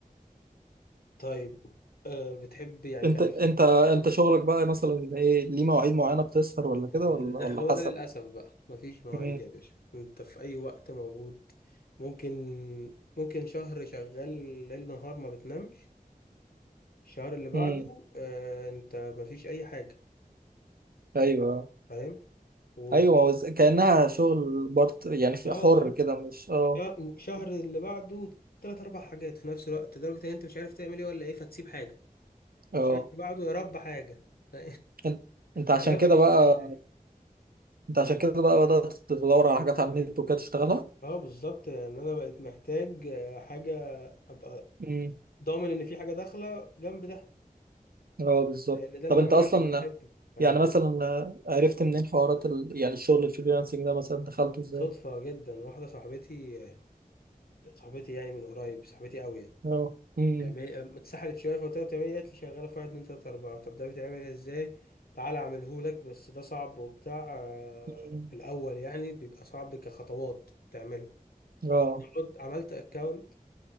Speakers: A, on the left (about 80°); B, on the right (about 80°).
A: طيب آه بتحب يعني
B: انت
A: كان
B: انت
A: نفسك
B: انت شغلك بقى مثلا ايه ليه مواعيد معينه بتسهر ولا
A: ده
B: كده ولا
A: ده
B: ولا
A: هو
B: حسب
A: ده للاسف بقى مفيش مواعيد
B: امم
A: يا باشا انت في اي وقت موجود ممكن ممكن شهر شغال ليل نهار ما بتنامش الشهر اللي بعده
B: امم
A: آه انت مفيش اي حاجه
B: ايوه
A: فاهم و...
B: ايوه ما هو ز- كانها شغل بارت يعني في
A: اه
B: حر
A: اه
B: كده مش اه
A: شا- شهر اللي بعده تلات اربع حاجات في نفس الوقت لدرجة ان انت مش عارف تعمل ايه ولا ايه فتسيب حاجة
B: اه
A: الشهر اللي بعده يا رب حاجة <laughs> ف-
B: انت انت عشان
A: يا رب
B: كده
A: يجيلك
B: بقى انت عشان كده بقى بدات تدور على حاجات على النت وكده تشتغلها
A: اه بالظبط لان انا بقيت محتاج آه، حاجة ابقى
B: امم
A: ضامن ان في حاجة داخلة جنب ده
B: اه بالظبط
A: لان ده انا
B: طب
A: بعمله
B: انت اصلا
A: عشان بحبه فاهم
B: يعني
A: حاجة؟
B: مثلا عرفت منين حوارات ال... يعني الشغل الفريلانسنج ده مثلا دخلته ازاي؟
A: صدفة جدا واحدة صاحبتي آه، صاحبتي يعني من قريب صاحبتي قوي
B: اه امم
A: تعملي أم- اتسحلت شويه فقلت لها بتعملي إيه؟ قالت لي شغاله في واحد اتنين تلاته اربعه طب ده بيتعمل ازاي تعالى اعمله لك بس ده صعب وبتاع آه،
B: أمم.
A: في الاول يعني بيبقى صعب كخطوات تعمله
B: اه
A: نقعد عملت اكونت